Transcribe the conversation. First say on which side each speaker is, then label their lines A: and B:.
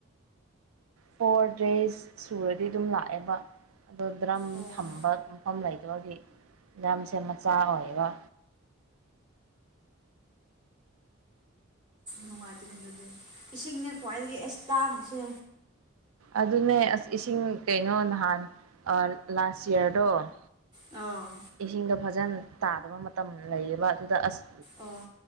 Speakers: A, on the right; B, on the right.
A: ꯐꯣꯔ ꯗꯦꯖ ꯁꯨꯔꯗꯤ ꯑꯗꯨꯝ ꯂꯥꯛꯑꯦꯕ ꯑꯗꯣ ꯗ꯭ꯔꯝ
B: ꯑꯣ
A: ꯊꯝꯕ ꯃꯐꯝ ꯂꯩꯇ ꯑꯗꯨꯒꯤ ꯂꯝꯁꯦ ꯃꯆꯥ ꯑꯣꯏꯌꯦꯕ
B: ꯅꯨꯡꯉꯥꯏꯇꯅꯦ ꯑꯗꯨꯗꯤ ꯏꯁꯤꯡꯅꯦ ꯈ꯭ꯋꯥꯏꯗꯒꯤ ꯑꯁ ꯇꯥꯡꯉꯁꯦ
A: ꯑꯗꯨꯅꯦ ꯑꯁ ꯏꯁꯤꯡ ꯀꯩꯅꯣ ꯅꯍꯥꯟ ꯂꯥꯁ ꯌꯔꯗꯣ
B: ꯑꯣ
A: ꯏꯁꯤꯡꯗꯣ ꯐꯖꯅ ꯇꯥꯗꯕ ꯃꯇꯝ ꯂꯩꯌꯦꯕ ꯑꯗꯨꯗ ꯑꯁ
B: ꯑꯣ